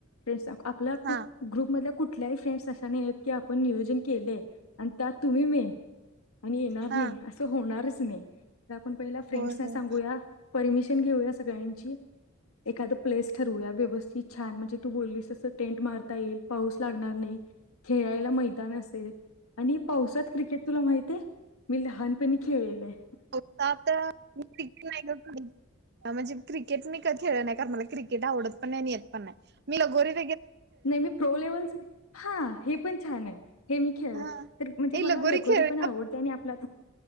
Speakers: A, on the left (about 85°); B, on the right (about 50°).
A: म्हणजे आपल्या
B: हा
A: ग्रुपमधल्या फ्रेंड्सना... कुठल्याही फ्रेंड्सचं असं नाही की आपण नियोजन केलंय आणि त्यात तुम्ही मेन आहात. आणि येणार
B: हा
A: नाही असं होणारच नाही, तर आपण पहिल्यांदा फ्रेंड्सना
B: होय होय
A: सांगूया. परमिशन घेऊया सगळ्यांची, एखादी प्लेस ठरवूया व्यवस्थित, छान म्हणजे. तू बोललीस, असं टेंट मारता येईल, पाऊस लागणार नाही, खेळायला मैदान असेल. आणि पावसात क्रिकेट! तुला माहीत आहे, मी लहानपणी खेळले आहे.
B: हो आता मी क्रिकट नाही का म्हणजे क्रिकेट मी खेळ नाही कार मला क्रिकेट आवडत पण नाही आणि येत पण नाही. मी लहानपणापासून गोरी आहे.
A: नाही, मी प्रो लेव्हलचा आहे. हे पण छान आहे. हे मी खेळलं
B: हा
A: तर म्हणजे
B: ए
A: मला
B: लगोरी
A: लवकर
B: खेळूया
A: जमेल. पण आवडते, आणि आपलं.